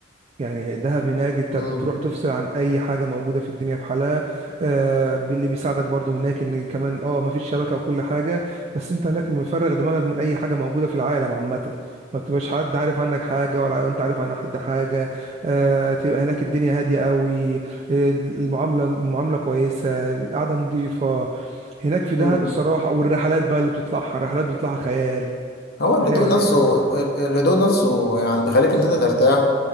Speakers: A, on the right; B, on the left.
A: يعني دهب هناك انت
B: مم،
A: بتروح تفصل عن اي حاجه موجوده في الدنيا بحالها آه اللي بيساعدك برضو هناك ان كمان اه ما فيش شبكه وكل حاجه بس انت هناك مفرغ دماغك من اي حاجه موجوده في العالم عامه ما بتبقاش حد عارف عنك حاجه ولا انت عارف عن حد حاجه آه تبقى هناك الدنيا هاديه قوي آه المعامله المعامله كويسه القعده نظيفه هناك في دهب
B: مم،
A: الصراحه والرحلات بقى اللي بتطلعها الرحلات بتطلعها خيال
B: هو الهدوء
A: ايه الرحله
B: نفسه
A: دي
B: ال- الهدوء نفسه يعني بيخليك ان انت ترتاح